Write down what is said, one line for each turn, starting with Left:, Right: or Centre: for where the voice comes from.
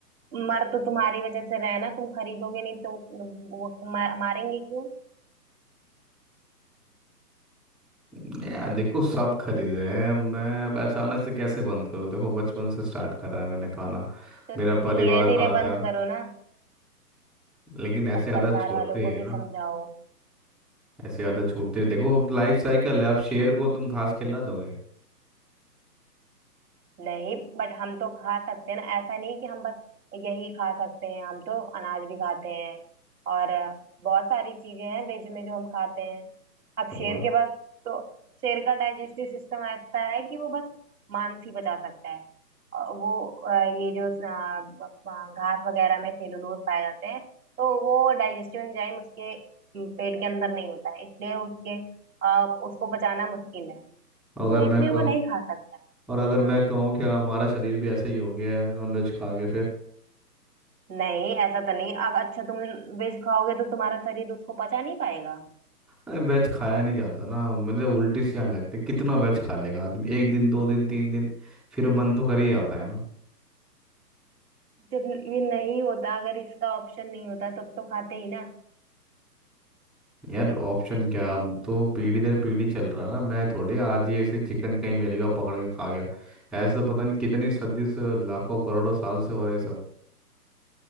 Right: मर तो तुम्हारी वजह से रहे ना तुम खरीदोगे नहीं तो वो वो मा- मारेंगे क्यों
Centre: है यार देखो सब खरीदे हैं मैं अब अचानक से कैसे बंद करूँ देखो बचपन से स्टार्ट करा है मैंने खाना
Right: तो
Centre: मेरा
Right: धीरे
Centre: परिवार
Right: धीरे
Centre: खाता
Right: बंद
Centre: है
Right: करो ना
Centre: लेकिन ऐसे
Right: और
Centre: आदत
Right: परिवार
Centre: छोड़ते
Right: वालों
Centre: ही
Right: को
Centre: है
Right: भी
Centre: ना
Right: समझाओ
Centre: ऐसे आदत छोड़ते ही देखो लाइफ साइकिल है अब शेर को तुम घास खिला दोगे
Right: नहीं बट हम तो खा सकते हैं ना ऐसा नहीं कि हम बस यही खा सकते हैं हम तो अनाज भी खाते हैं और बहुत सारी चीजें हैं वेज में जो हम खाते हैं अब
Centre: तो वो
Right: शेर
Centre: है।
Right: के पास तो शेर का डाइजेस्टिव सिस्टम ऐसा है कि वो बस मांस ही पचा सकता है और वो अ, ये जो अ, ब- अ, घास वगैरह में सेलुलोज पाए जाते हैं तो वो डाइजेस्टिव एंजाइम उसके पेट के अंदर नहीं होता है इसलिए उसके अ, उसको पचाना मुश्किल है तो
Centre: अगर मैं
Right: इसलिए
Centre: कहूँ
Right: वो नहीं खा सकता
Centre: और अगर
Right: हाँ
Centre: मैं कहूँ क्या हमारा शरीर भी ऐसा ही हो गया है नॉनवेज खा के फिर
Right: नहीं ऐसा तो नहीं अगर अच्छा तुम वेज खाओगे तो तुम्हारा शरीर उसको पचा नहीं पाएगा
Centre: अरे वेज खाया नहीं जाता ना मतलब उल्टी सी आने लगती है कितना वेज खा लेगा आदमी एक दिन दो दिन तीन दिन फिर मन तो कर ही जाता है ना
Right: जब ये नहीं होता अगर इसका ऑप्शन नहीं होता तब तो खाते ही ना
Centre: यार ऑप्शन क्या अब तो पीढ़ी दर पीढ़ी चल रहा है ना मैं थोड़ी आज ही ऐसे चिकन कहीं मिलेगा पकड़ के खा गया ऐसे तो पता नहीं कितनी सदी से लाखों करोड़ों साल से हो रहे हैं सब